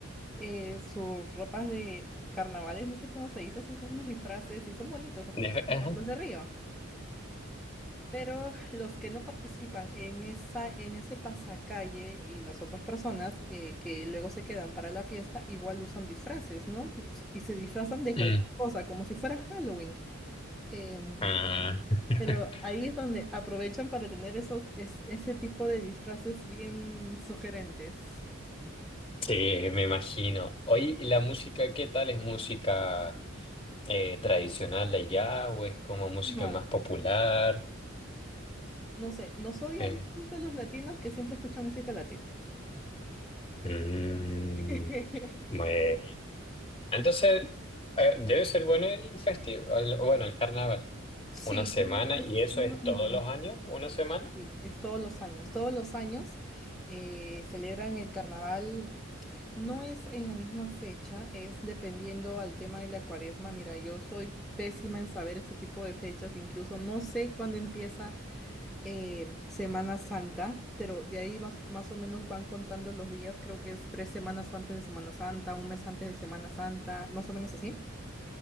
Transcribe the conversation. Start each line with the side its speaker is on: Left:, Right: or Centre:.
Centre: eh, sus ropas de carnavales, no sé cómo se dice, son como unos disfraces y son bonitos, así
Left: De-
Centre: como
Left: ajá.
Centre: los de Río. Pero los que no participan en esa, en ese pasacalle y las otras personas eh, que luego se quedan para la fiesta, igual usan disfraces, ¿no? Pues, y se disfrazan de cualquier
Left: Mm.
Centre: cosa, como si fuera Halloween. Em,
Left: Ah. <laughs>
Centre: pero ahí es donde aprovechan para tener esos, es- ese tipo de disfraces bien sugerentes.
Left: Sí, me imagino. Oye, ¿y la música qué tal? ¿Es música eh, tradicional de allá o es como música
Centre: No,
Left: más popular?
Centre: no sé, nos odian
Left: Eh,
Centre: tanto los latinos que siempre escuchan música latina.
Left: mm,
Centre: <laughs>
Left: bueno. Entonces, eh, debe ser bueno el festival, bueno, el carnaval.
Centre: Sí,
Left: Una semana,
Centre: dicen que es
Left: y eso
Centre: muy
Left: es
Centre: bonita.
Left: todos los años, una semana.
Centre: Sí, es todos los años. Todos los años eh, celebran el carnaval. No es en la misma fecha, es dependiendo al tema de la cuaresma. Mira, yo soy pésima en saber este tipo de fechas, incluso no sé cuándo empieza eh, Semana Santa, pero de ahí vas- más o menos van contando los días. Creo que es tres semanas antes de Semana Santa, un mes antes de Semana Santa, más o menos así